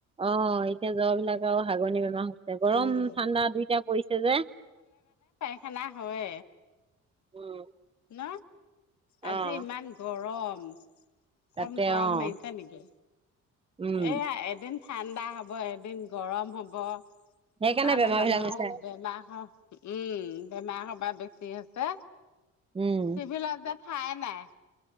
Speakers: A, on the right (about 20°); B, on the left (about 70°).
A: অঁ। এতিয়া জ্বৰ বিলাক আৰু হাগনি বেমাৰ হৈছে। গৰম,
B: উম
A: ঠাণ্ডা দুইটা পৰিছে যে।
B: হেনা হয়ে।
A: উম!
B: ন আজি
A: অ',
B: ইমান গৰম কম
A: তাতে
B: গৰম
A: অ',
B: মাৰিছে নেকি
A: উম,
B: এয়া এদিন ঠাণ্ডা হ'ব এদিন গৰম হ'ব,
A: সেইকাৰণে
B: সেকাণে
A: বেমাৰ
B: মানুহক
A: বিলাক হৈছে।
B: বেমা হ উম, বেমা সপা বেছি হছে
A: উম,
B: চিভিলত যে ঠায়ে নাই